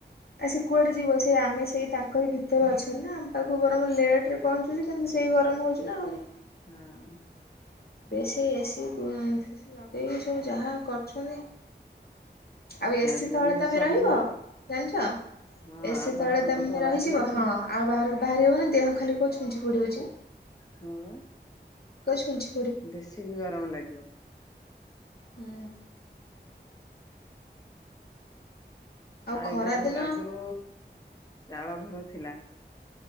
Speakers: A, on the left; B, on the left.
A: ଆ ସେ କୁଆଡେ ଯିବ ସ ସେ ଆମେ ସେଇ ତାଙ୍କ କହି ଭିତରେ ଅଛନ୍ତି ନା ଆମ ପାଖକୁ ଗରମ ଲେଟ ରେ ପହଞ୍ଚୁଛି କିନ୍ତୁ ସେଇ ଗରମ ହଉଛି ନା ଆଉନି
B: ହଁ
A: ବେଶୀ ଏସିୀ ଲଗେଇକି ସବୁ ଯାହା କରୁଛନ୍ତି ଆଉ ଏସିି
B: ଆଜି
A: ତଳେ
B: ବି
A: ତମେ
B: ସବୁ
A: ରହିବ ଜାଣିଛ
B: ହଁ
A: ଏସିି
B: ଆଉ
A: ତଳେ
B: ବାହାରକୁ
A: ତମେ
B: ତ
A: ରହିଯିବ
B: ବାହାରି ହଉନି
A: ହଁ ଆଉ ବାହାରକୁ ବାହାରି ହବ ନା ଦେହ ଖାଲି କୋଉ ଛୁଞ୍ଚି ପଡିାଉଛି
B: ହଉ
A: ପଷ୍ପନଛ
B: ବେଶୀ ବି ଗରମ ଲାଗିବ
A: ହୁଁ
B: ଆଉ
A: ଖରା
B: ଏବେ ସବୁ
A: ଦିନ
B: ଆଗରୁ ଚାଳ ଘର ଥିଲା